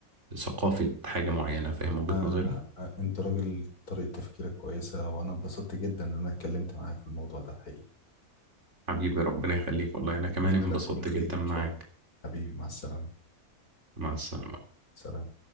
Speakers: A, on the right; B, on the left.
A: ثقافة حاجة معينة فاهم وجهة
B: أنا
A: نظري
B: أنت راجل طريقة تفكيرك كويسة وأنا اتبسطت جدا إن أنا اتكلمت معاك في الموضوع ده حقيقي
A: حبيبي ربنا يخليك والله أنا
B: أتمنى
A: كمان انبسطت
B: لك كل خير
A: جدا
B: إن
A: معاك
B: شاء الله حبيبي مع السلامة
A: مع السلامة
B: سلام